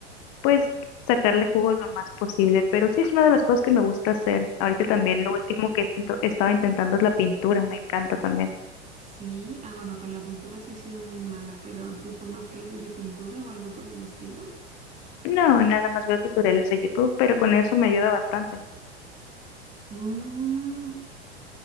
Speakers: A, on the left (about 45°); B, on the right (about 20°).
A: pues sacarle jugo lo más posible. Pero sí es una de las cosas que me gusta hacer. Ahorita también lo último que est- estaba intentando es la pintura, me encanta también.
B: Sí, ah, bueno, con la pintura sí he sido muy mala, pero ¿tú tomas clases de pintura o algo por el estilo?
A: No, nada más veo tutoriales de YouTube, pero con eso me ayuda bastante.
B: Mm,